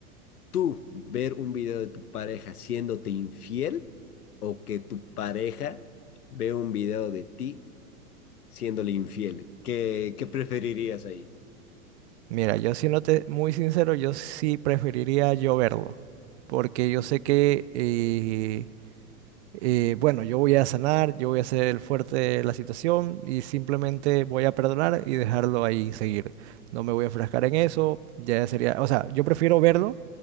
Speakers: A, on the left (about 80°); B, on the right (about 50°).
A: tú ver un video de tu pareja siéndote infiel o que tu pareja vea un video de ti siéndole infiel? ¿Qué, qué preferirías ahí?
B: mira, yo siéndote muy sincero, yo sí preferiría yo verlo, porque yo sé que... eh, eh, bueno, yo voy a sanar, yo voy a ser el fuerte de la situación y simplemente voy a perdonar y dejarlo ahí seguir. No me voy a enfrascar en eso, ya sería, o sea, yo prefiero verlo